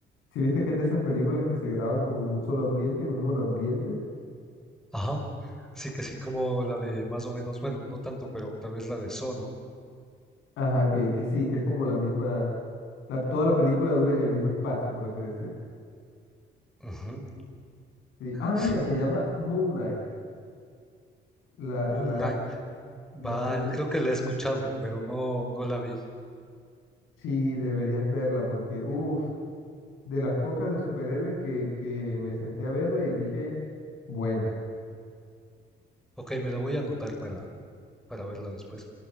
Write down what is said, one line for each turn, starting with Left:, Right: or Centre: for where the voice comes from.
Left: si viste que es de esas películas que se graban como en un solo ambiente, en un monoambiente,
Centre: ajá. Sí que sí, como la de más o menos, bueno, no tanto, pero tal vez la de So, ¿no?
Left: ajá, que, que sí, que es como la misma, la- toda la película dura en el mismo espacio, por así decir.
Centre: Ujú,
Left: Sí. Ah, mira,
Centre: Sí,
Left: se llama Moon Knight, la,
Centre: Moon
Left: la,
Centre: Knight. Vale,
Left: la serie,
Centre: creo que la he escuchado, pero no, no la vi.
Left: sí, deberías verla porque, uff, de las pocas de superhéroes que, que me senté a verla y dije, buena.
Centre: Ok, me la voy a anotar para, para verla después.